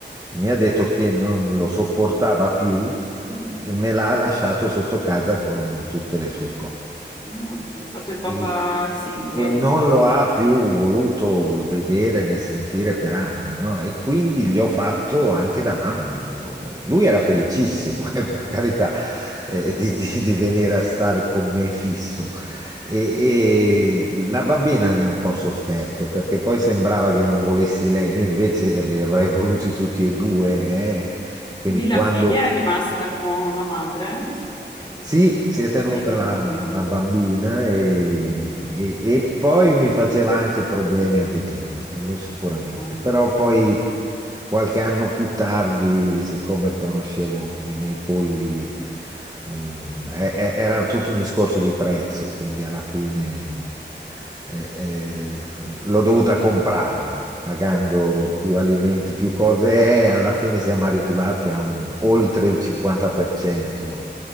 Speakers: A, on the right (about 20°); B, on the left (about 25°).
A: mi ha detto che non lo sopportava più
B: Uh,
A: e me l'ha lasciato sotto casa con tutte le sue cose
B: ah, hai fatto il papà
A: e,
B: single.
A: e non lo ha più voluto vedere né sentire per anni, no? E quindi gli ho fatto anche da mamma io. Lui era felicissimo, <laughs> eh, per carità, eh, di, di- di venire a stare con me fisso. E, e la bambina ne ha un po' sofferto perché poi sembrava che non volessi lei, io invece li avrei voluti tutti e due, eh. Quindi
B: Quindi la
A: quando
B: figlia è rimasta con la madre? Sì,
A: sì,
B: sì, sì.
A: si è
B: Divisi
A: tenuta la,
B: così.
A: la bambina e, e- e poi mi faceva anche problemi a vederla, quello sicuramente,
B: Ah.
A: però poi qualche anno più tardi, siccome conoscevo i miei polli, eh, e- e- era tutto un discorso di prezzo, quindi alla fine eh, eh, l'ho dovuta comprare, pagando più alimenti, più cose e alla fine siamo arrivati a un- oltre il 50%